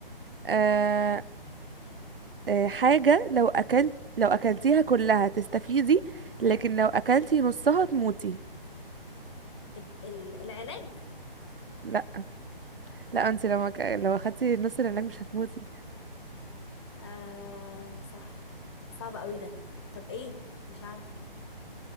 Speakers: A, on the right; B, on the left.
A: أه... أه... حاجة لو أكلت لو أكلتيها كلها تستفيدي لكن لو أكلتي نصها تموتي
B: ال- ال- العلاج
A: لأ لأ انت لو أك... لو أخدتي نص العلاج مش هتموتي
B: آه صح صعب قوي ده طب ايه مش عارفة <laughs>